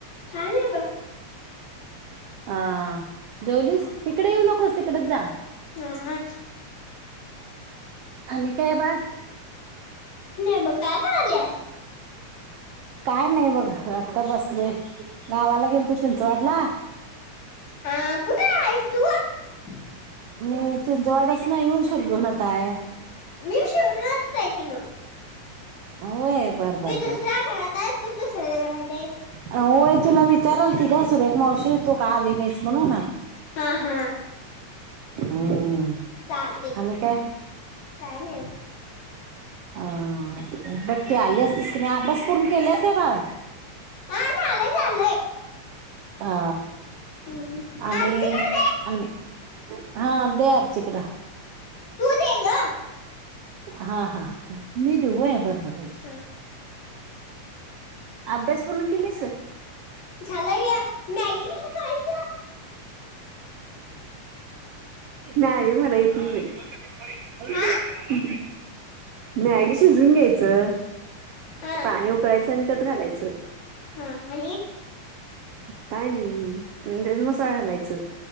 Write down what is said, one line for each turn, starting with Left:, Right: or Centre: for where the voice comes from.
Left: काय नाही ब.
Right: हा जेवलीस इकडे येऊ नकोस. तिकडेच जा
Left: हा,
Right: आणि काय बाळ.
Left: ब काय कराल्यास?
Right: काय नाही बघ आता बसलोय गावाला गेलतो. चिंचवाडला.
Left: हा, कुठं आहेस <inaudible>
Right: मी चिंचवाडास न येऊन शिरढोनात हाय.
Left: मी बी शिरढोनात च आहे की मगं.
Right: होय बर बर बर,
Left: दुसऱ्या घरात आहे तू दुसऱ्या घरात आहेस
Right: होय. तुला विचारालती गं सुरेख मावशी, तू का आली नाहीस म्हणून.
Left: हा हा
Right: हम्
Left: चालते
Right: आणि काय
Left: काय नाही बघ.
Right: हा ह बगं की आली असतीस कनी आज. अभ्यास पूर्ण केल्यास काय बाळा?
Left: हा झालंय झालंय
Right: हा
Left: हम्म.
Right: आणि
Left: आरतीकडे दे
Right: अ हा दे आर्चीकडं.
Left: तू दे ग
Right: हा हा. मी देऊ होय बर बर. हे घे
Left: हा,
Right: अभ्यास पूर्ण केलीस?
Left: झालंय यं. मॅगी कस करायचं?
Right: मॅगी मला येत नाही बाई.
Left: हा
Right: मॅगी शिजवून घ्यायचं.
Left: हा
Right: पाणी उकळायचं. आणि त्यात घालायचं.
Left: हा आणि
Right: काय नाही त्यात मसाला घालायच.